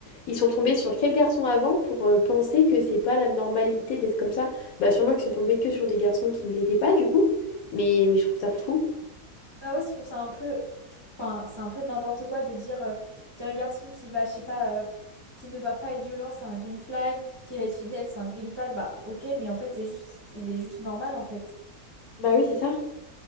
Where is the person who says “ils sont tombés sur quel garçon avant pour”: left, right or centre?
Left